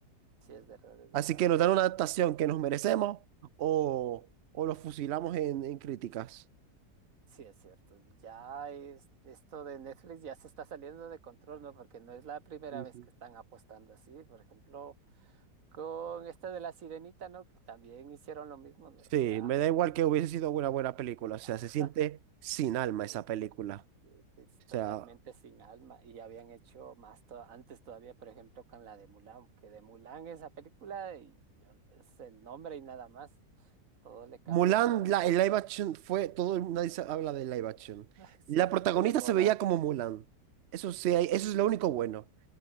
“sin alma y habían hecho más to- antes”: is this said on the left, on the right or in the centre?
Right